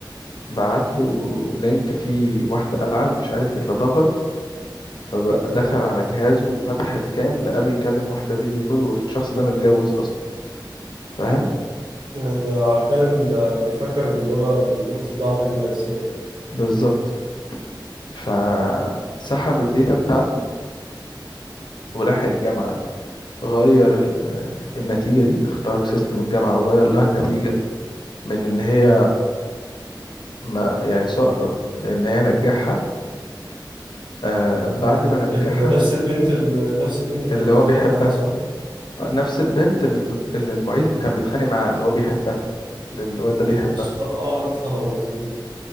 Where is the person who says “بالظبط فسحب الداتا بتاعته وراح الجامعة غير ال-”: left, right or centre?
Left